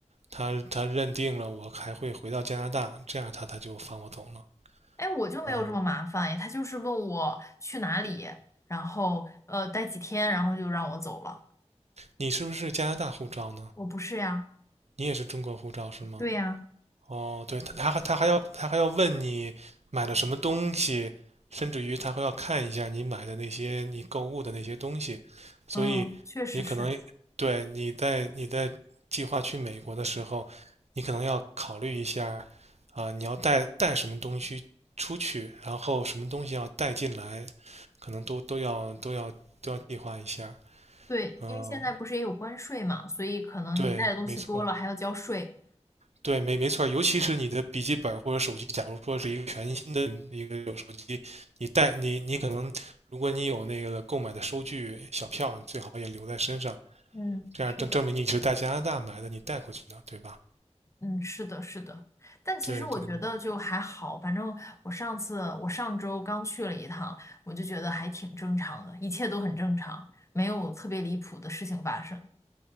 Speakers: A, on the right; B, on the left.
A: 他他认定了我还会回到加拿大，这样他他就放我走了。
B: 哎，我就没有这么麻烦，
A: 嗯，
B: 哎，他就是问我去哪里，然后呃待几天，然后就让我走了。
A: 你是不是加拿大护照呢？
B: 我不是呀，
A: 你也是中国护照是吗？
B: 对呀，
A: 哦，对，他他还他还要他还要问你买了什么东西，甚至于他会要看一下你买的那些你购物的那些东西，所以你可能对你在你在计划去美国的时候，
B: 嗯，确实是，
A: 你可能要考虑一下啊，你要带带什么东西出去，然后什么东西要带进来，可能都都要都要都要计划一下。
B: 对，
A: 嗯，
B: 因为现在不是也有关税嘛，所以可能你带的东西多了还要交税。
A: 对，没错。对，没没错儿尤其是你的笔记本或者手机，假如说是一个全新的一个手机，你带你你可能，如果你有那个购买的收据小票，你最好也留在身上，
B: 嗯，
A: 这样证证明你是在加拿大买的，
B: 是的。
A: 你带过去的，对吧？
B: 嗯，是的，是的，但其实我觉得就还好，
A: 对对对，
B: 反正我上次我上周刚去了一趟，我就觉得还挺正常的，一切都很正常，没有特别离谱的事情发生。